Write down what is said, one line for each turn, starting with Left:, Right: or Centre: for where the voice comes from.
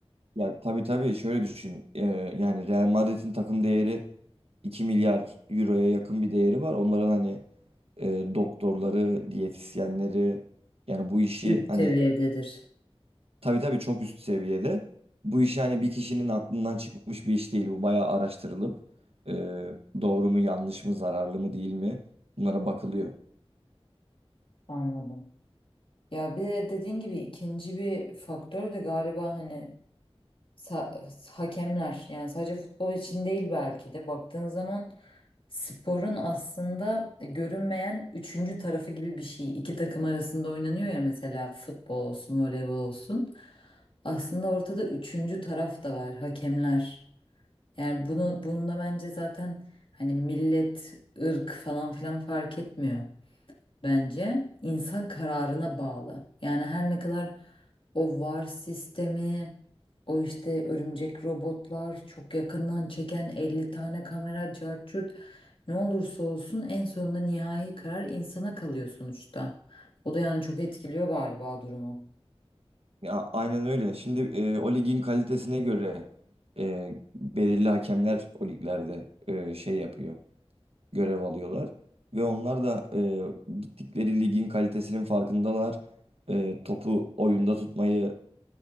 Right: Ya tabii tabii şöyle düşün. Ee, yani Real Madrid'in takım değeri 2 milyar euroya yakın bir değeri var. Onların hani e, doktorları, diyetisyenleri yani bu işi
Left: Üst
Right: hani
Left: seviyededir.
Right: tabii tabii çok üst seviyede. Bu işi hani bir kişinin aklından çıkmış bir iş değil. Bu bayağı araştırılıp e, doğru mu yanlış mı zararlı mı değil mi bunlara bakılıyor.
Left: Anladım. Ya bir de dediğin gibi ikinci bir faktör de galiba hani sa- hakemler. Yani sadece futbol için değil belki de baktığın zaman Sporun aslında görünmeyen üçüncü tarafı gibi bir şey. İki takım arasında oynanıyor ya mesela futbol olsun, voleybol olsun. Aslında ortada üçüncü taraf da var, hakemler. Yani bunu bununla bence zaten hani millet, ırk falan filan fark etmiyor bence insan kararına bağlı. Yani her ne kadar o VAR sistemi, o işte örümcek robotlar, çok yakından çeken 50 tane kamera, cart curt ne olursa olsun en sonunda nihai karar insana kalıyor sonuçta. O da yani çok etkiliyor galiba durumu.
Right: Ya aynen öyle. Şimdi e, o ligin kalitesine göre e, belirli hakemler o liglerde e, şey yapıyor görev alıyorlar. Ve onlar da e, gittikleri ligin kalitesinin farkındalar. E, topu oyunda tutmayı